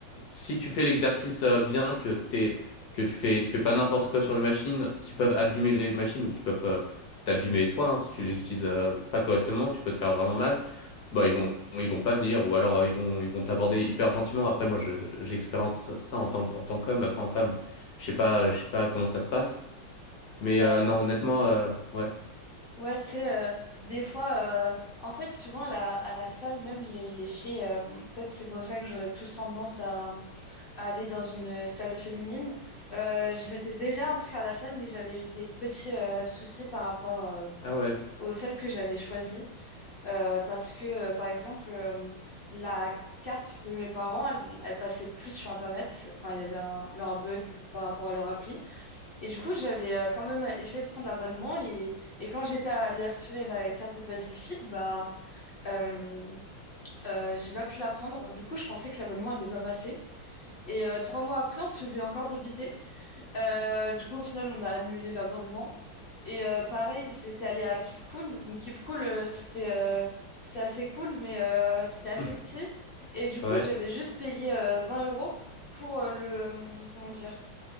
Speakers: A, on the left; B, on the left.
A: si tu fais l'exercice euh, bien, que t'es, que tu fais, tu fais pas n'importe quoi sur les machines qui peuvent abîmer les machines ou qui peuvent euh, t'abîmer toi, hein, si tu les utilises euh, pas correctement, tu peux te faire vraiment mal. Bah ils vont, ils vont pas venir ou alors euh, ils vont, ils vont t'aborder hyper gentiment. Après moi, je, j'expérience ça en tant, que- en tant qu'homme, après en femme, je sais pas, je sais pas comment ça se passe. Mais euh,
B: Euh,
A: non, honnêtement, euh, ouais.
B: Ouais, tu sais, euh, des fois, euh, en fait, souvent la- à la salle, même les, les filles, euh, peut-être c'est pour ça que j'aurais plus tendance à, à aller dans une salle féminine. Euh, je m'étais déjà inscrite à la salle, mais j'avais eu des petits euh, soucis par rapport euh,
A: Ah ouais,
B: aux salles que j'avais choisies. Euh, parce que, euh, par exemple, euh, la carte de mes parents, elle, elle passait plus sur Internet. Enfin, il y avait un- eu un bug par rapport à leur appli. Et du coup, j'avais euh, quand même essayé de prendre l'abonnement et, et quand j'étais allée retirer la carte de Basic Fit, bah, euh, euh, j'ai pas pu la prendre. Du coup, je pensais que l'abonnement était pas passé. Et euh, trois mois après, on se faisait encore débiter. Euh, du coup, au final, on a annulé l'abonnement. Et euh, pareil, j'étais allée à Keep Cool. Donc, Keep Cool, euh, c'était euh, c'est assez cool, mais euh, c'était assez
A: <laughs>
B: petit. Et du coup,
A: ouais.
B: j'avais juste payé euh, 20 euros pour euh, le, hum, comment dire,